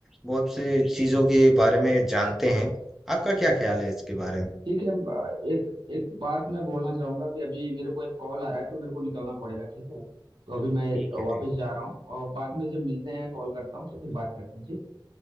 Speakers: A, in the centre; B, on the right (about 60°).
A: बहुत सी चीजों के बारे में जानते हैं आपका क्या ख्याल है इसके बारे में
B: ठीक है आ, एक एक बात मैं बोलना चाहूंगा कि अभी मेरे को एक कॉल आ रहा है तो मेरे को निकलना पड़ेगा ठीक है तो अभी मैं
A: ठीक है
B: वापस
A: ठीक
B: जा रहा हूँ और बाद में जब मिलते हैं कॉल करता हूँ तो फिर बात करते हैं ठीक